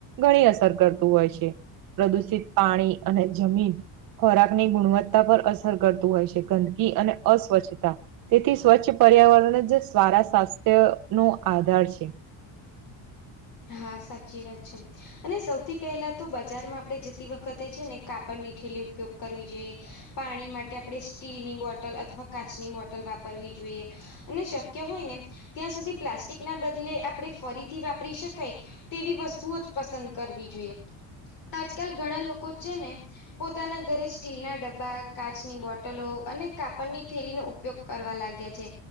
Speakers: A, on the right; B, on the left.
A: ઘણી અસર કર હોય છે પ્રદુષિત પાણી અને જમીન ખોરાક ની ગુણવત્તા પર અસર કરતું હોય છે ગંદકી અને અસ્વચ્છતા. તેથી સ્વચ્છ પર્યાવરણ જ સરાા સ્વાસ્થ્યનો આધાર છે.
B: હા સાચી વાત છે અને સૌથી પહેલાં તો બજારમાં આપડે જતી વખતે છે ને કાપડ નીઠેલું ઉપયોગ કરવી જોઈએ પાણી માટે આપડે સ્ટીલની બોટલ અથવા કાચની બોટલ વાપરવી જોઈએ. અને શક્ય હોય ને ત્યાં સુધી પ્લાસ્ટિક ના બદલે આપડે ફરીથી વાપરી શક કઈ તેવી વસ્તુઓ જ પસંદ કરવી જોઈએ. આજકાલ ઘણા લોકો છે ને પોતાના ઘરે સ્ટીલ ના ડબ્બા કાચની બોટલો અને કાપડની થેલીનો ઉપયોગ કરવા લાગ્યા છે.